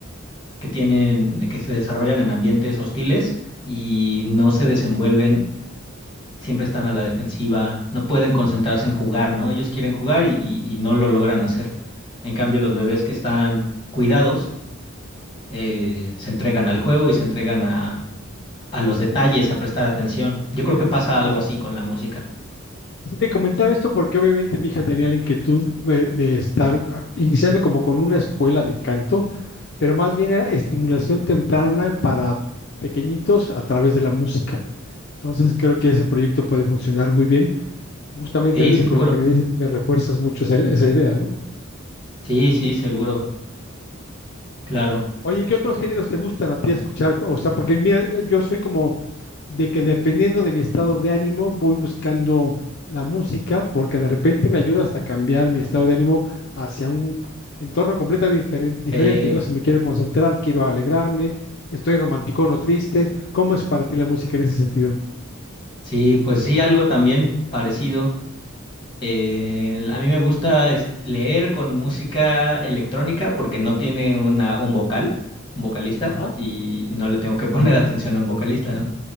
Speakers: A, on the left; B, on the left.
A: que tienen, que se desarrollan en ambientes hostiles y no se desenvuelven, siempre están a la defensiva, no pueden concentrarse en jugar, ¿no? Ellos quieren jugar y, y y no lo logran hacer. En cambio, los bebés que están cuidados, eh, se entregan al juego y se entregan a, a los detalles, a prestar atención. Yo creo que pasa
B: claro.
A: algo así con la música.
B: Sí, Te comentaba esto porque obviamente mi hija tenía la inquietud de, de estar ah, iniciando como con una escuela de canto, pero más bien era estimulación temprana para pequeñitos a través de la música. Entonces creo que ese proyecto puede funcionar muy bien. Justamente
A: Sí,
B: ahorita
A: seguro.
B: con lo que me dices, me refuerzas mucho esa, esa idea, ¿no?
A: Sí, sí, seguro. Claro.
B: Oye, ¿y ¿qué otros géneros te gustan a ti escuchar? O sea, porque mira, yo soy como de que dependiendo de mi estado de ánimo, voy buscando la música, porque de repente me ayuda hasta cambiar mi estado de ánimo hacia un entorno completamente difer- diferente,
A: Sí,
B: ¿no? Si me quiero concentrar, quiero alegrarme, estoy romántico o triste. ¿Cómo es para ti la música en ese sentido?
A: sí, pues sí, algo también parecido. Eh, a mí me gusta es- leer con música electrónica porque no tiene una, un vocal, un vocalista,
B: Ajá,
A: y, y no le tengo que <laughs> poner atención a un vocalista, ¿no?